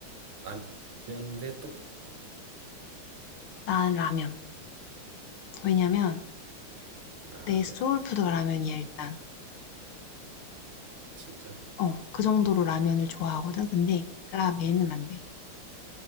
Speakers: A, on the right; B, on the left.
A: 라면 대 떡볶이.
B: 난 라면. 왜냐면
A: 라면.
B: 내 소울푸드가
A: 음,
B: 라면이야, 일단.
A: 아, 진짜?
B: 어, 그 정도로 라면을 좋아하거든. 근데 라멘은 안 돼.